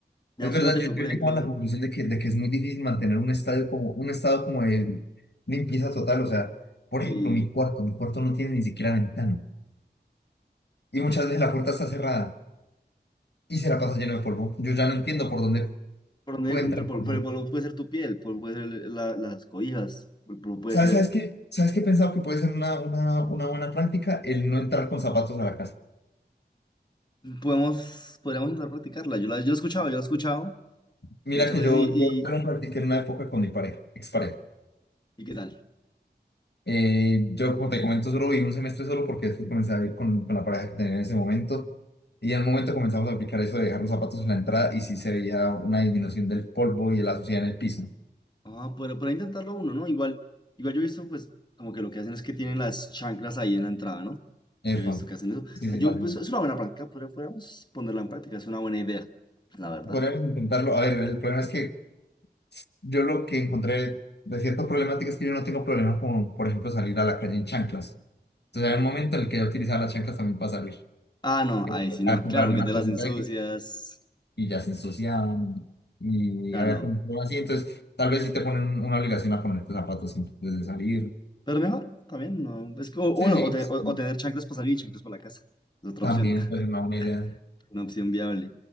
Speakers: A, on the left; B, on the left.
A: digamos,
B: Es verdad,
A: ¿cómo te
B: yo,
A: fue,
B: yo
A: por
B: he
A: ejemplo,
B: llegado a la conclusión de que, de que es muy difícil mantener un estadio como, un estado como de limpieza total. O sea, por
A: si,
B: ejemplo, mi cuarto, mi cuarto no tiene ni siquiera ventana. Y muchas veces la puerta está cerrada y se la pasa lleno de polvo. Yo ya no entiendo por dónde
A: por dónde
B: puede entrar
A: entra el polvo?
B: polvo.
A: Pero el polvo puede ser tu piel, el polvo puede ser la- las cobijas, el polvo puede
B: ¿Sabes,
A: ser...
B: sabes qué? ¿Sabes qué he pensado que puede ser una, una, una buena práctica? El no entrar con zapatos a la casa.
A: Podemos, podríamos intentar practicarla. Yo la, yo la he escuchado, yo la he escuchado
B: Mira
A: muchas
B: que
A: veces
B: yo,
A: y,
B: yo
A: y,
B: lo practiqué en una época con mi pareja, expareja.
A: ¿y qué tal?
B: Eh, yo, como te comento, solo viví un semestre solo porque después comencé a ir con, con la pareja que tenía en ese momento. Y al momento comenzamos a aplicar eso de dejar los zapatos en la entrada y sí se veía una disminución del polvo y de la suciedad en el piso.
A: Ah, pero para intentarlo uno, ¿no? Igual, igual yo he visto, pues, como que lo que hacen es que tienen las chanclas ahí en la entrada, ¿no?
B: Epa.
A: Yo he visto que hacen eso.
B: Sí, sí,
A: Yo,
B: la-
A: pues, es una buena práctica, pero podríamos ponerla en práctica, es una buena idea, la verdad.
B: podríamos intentarlo. A ver, el problema es que yo lo que encontré de ciertas problemáticas es que yo no tengo problemas con, por ejemplo, salir a la calle en chanclas. Entonces, hay un momento en el que yo utilizaba las chanclas también para salir.
A: Ah, no,
B: Que
A: ahí
B: tocaba
A: sí no,
B: comprar
A: claro, porque
B: una
A: te las
B: cosita
A: ensucias,
B: de que y ya se ensuciaban y
A: claro,
B: había
A: no.
B: control así. Entonces, tal vez sí te ponen una obligación a ponerte zapatos antes de salir.
A: Pero mejor, también, no. Es que, o, o
B: Sí,
A: bueno,
B: sí,
A: o, te-
B: sí,
A: o- o tener chanclas para salir y chanclas para la casa, es otra
B: también
A: opción, <laughs>
B: es una buena idea.
A: una opción viable.